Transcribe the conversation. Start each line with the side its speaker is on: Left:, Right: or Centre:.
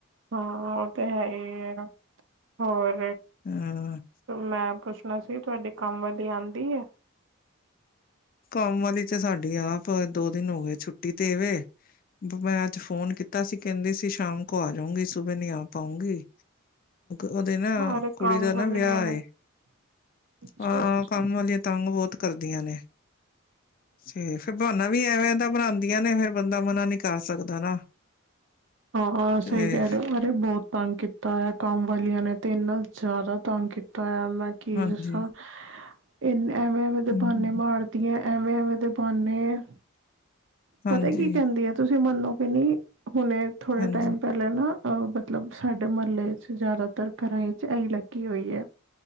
Right: ਹਾਂ ਓ ਤੇ ਹੈ ਹੀ ਆ ਹੋਰ
Left: ਹਾਂ।
Right: ਮੈਂ ਪੁੱਛ ਵੈਸੇ ਤੁਹਾਡੇ ਕੰਮ ਵਾਲੀ ਆਂਦੀ ਏ?
Left: ਕੰਮ ਵਾਲੀ ਤੇ ਸਾਡੀ ਆਪ ਦੋ ਦਿਨ ਹੋ ਗਏ ਛੁੱਟੀ ਤੇ ਵੇ। ਮੈਂ ਅੱਜ ਫੋਨ ਕੀਤਾ ਸੀ। ਕਹਿੰਦੀ ਸੀ ਸ਼ਾਮ ਕੋ ਆ ਜਾਊਗੀ। ਸੁਬੇ ਨੀ ਆ ਪਾਊਂਗੀ। ਉਹਦੇ ਨਾ
Right: ਅਰੇ
Left: ਕੁੜੀ
Right: ਕੰਮ
Left: ਦਾ ਨਾ
Right: ਵਾਲੀ
Left: ਵਿਆਹ
Right: ਐ
Left: ਏ।
Right: ਅੱਛਾ-ਅੱਛਾ।
Left: ਆਹ, ਕੰਮ ਵਾਲੀਆਂ ਤੰਗ ਬੋਤ ਕਰਦੀਆਂ ਨੇ ਤੇ ਫਿਰ ਬਹਾਨਾ ਵੀ ਐਵੇਂ ਦਾ ਬਨਾਦੀਆਂ ਨੇ ਫੇਰ ਬੰਦਾ ਮਨਾ ਨੀ ਕਰ ਸਕਦਾ ਨਾ।
Right: ਹਾਂ
Left: ਤੇ
Right: ਸਹੀ ਕੇਹ ਰਹੇ ਹੋ। ਅਰੇ ਬੋਤ ਤੰਗ ਕੀਤਾ ਹੋਇਆ ਕੰਮ ਵਾਲੀਆਂ ਨੇ ਤੇ ਇੰਨਾ ਜ਼ਿਆਦਾ ਤੰਗ ਕੀਤਾ ਹੋਯਾ। ਕੀ
Left: ਹਾਂਜੀ
Right: ਦਸਾ। ਇਨੇ ਐਵੇਂ- ਐਵੇਂ ਦੇ
Left: ਹੂੰ
Right: ਬਾਨੇ ਮਾਰਦੀ ਐ, ਐਵੇਂ- ਐਵੇਂ ਦੇ ਬਾਨੇ
Left: ਹਾਂਜੀ,
Right: ਪਤਾ ਕੀ ਕਹਿੰਦੀ ਆ। ਤੁਸੀਂ ਮੰਨੋਗੇ ਨੀ ਹੁਣੇ ਥੋੜੇ
Left: ਹਾਂਜੀ
Right: ਟਾਈਮ ਪੇਲ ਪੇਲਾ ਨਾ ਅਹ ਮਤਲਬ ਸਾਡੇ ਮਹੱਲੇ ਚ ਜ਼ਿਆਦਾਤਰ ਘਰਾਂ ਚ ਇਹੀ ਲੱਗੀ ਹੋਈ ਐ।